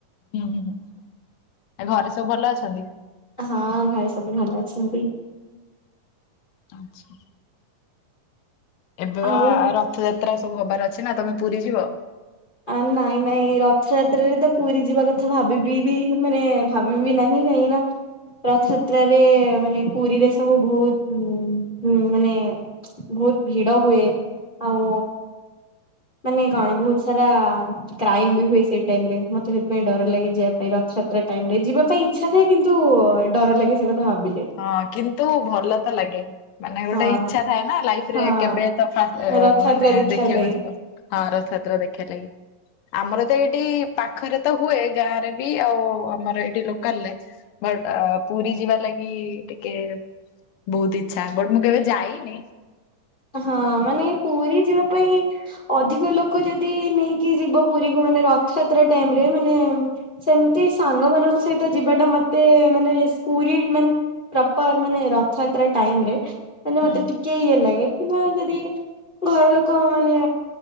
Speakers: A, on the left; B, on the left.
A: ହୁଁ ହୁଁ ହୁଁ। ଆ ଘରେ ସବୁ ଭଲ ଅଛନ୍ତି?
B: ହଁ ଘରେ ସବୁ ଭଲ ଅଛନ୍ତି।
A: ଆଚ୍ଛା। ଏବେ ବା
B: ଆଉ
A: ରଥଯାତ୍ରା ସବୁ ହବାର ଅଛି ନା ତମେ ପୁରୀ ଯିବ?
B: ଆ ନାଇଁ ନାଇଁ ରଥଯାତ୍ରାରେ ତ ପୁରୀ ଯିବା କଥା ଭାବିବି ବି ମାନେ ଭାବିବି ନାହିଁ କାହିଁକିନା ରଥଯାତ୍ରରେ ମାନେ ପୁରୀରେ ସବୁ ବହୁତ ମାନେ ବହୁତ ଭିଡ ହୁଏ ଆଉ ମାନେ କଣ ପୁଜ୍। <unintelligible> କ୍ରାଇମ ବି ହୁଏ ସେଇ ଟାଇମ ରେ ମତେ ସେଥିପାଇଁ ଡର ଲାଗେ ଯିବା ପାଇଁ ରଥଯାତ୍ରା ଟାଇମ ରେ ଯିବା ପାଇଁ ଇଛା ଥାଏ କିନ୍ତୁ ଡର ଲାଗେ ସେ କଥା ଭାବିଲେ।
A: ହଁ କିନ୍ତୁ ଭଲ ତ ଲାଗେ। ମାନେ ଗୋଟେ
B: ହଁ
A: ଇଛା ଥାଏ ନା ଲାଇଫରେ
B: ହଁ।
A: କେବେ ତ ଫ
B: ରଥଯାତ୍ରା
A: ମାନେ
B: ଦେଖିବା
A: ଦେଖିବାକୁ
B: ପାଇଁ
A: ଯିବ। ହଁ ରଥଯାତ୍ରା ଦେଖିବା ଲାଗି ଆମର ତ ଏଠି ପାଖରେ ତ ହୁଏ ଗାଁ ରେ ବି ଆଉ ଆମର ଏଠି ଲୋକାଲ ଲେ। ବଟ ପୁରୀ ଯିବା ଲାଗି ଟିକେ ବହୁତ ଇଚ୍ଛା। ବଟ ମୁଁ କେବେ ଯାଇନି
B: ହଁ ମାନେ ପୁରୀ ଯିବା ପାଇଁ ଅଧିକ ଲୋକ ଯଦି ନେଇକି ଯିବ ପୁରୀକୁ ମାନେ ରଥଯାତ୍ରା ଟାଇମରେ ମାନେ ସେମିତି ସାଙ୍ଗମାନଙ୍କ ସହିତ ଯିବାଟା ମତେ ମାନେ ପୁରୀ ମାନେ ପ୍ରପର ମାନେ ରଥଯାତ୍ରା ଟାଇମରେ ମାନେ
A: ହୁଁ
B: ମତେ ଟିକେ ଇଏ ଲାଗେ କିମ୍ବା ଯଦି ଘର ଲୋକ ମାନେ